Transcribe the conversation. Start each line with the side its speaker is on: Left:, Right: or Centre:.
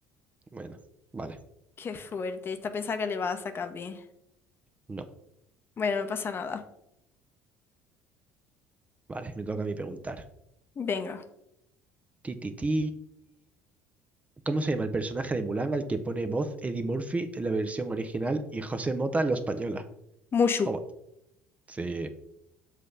Right: bueno, vale.
Left: Qué fuerte, esta pensada que le va a sacar bien.
Right: No.
Left: Bueno, no pasa nada.
Right: Vale, me toca a mí preguntar.
Left: Venga,
Right: Ti, ti, ti. ¿Cómo se llama el personaje de Mulan al que pone voz Eddie Murphy en la versión original y José Mota en la española?
Left: Mushu.
Right: Toma. Sí,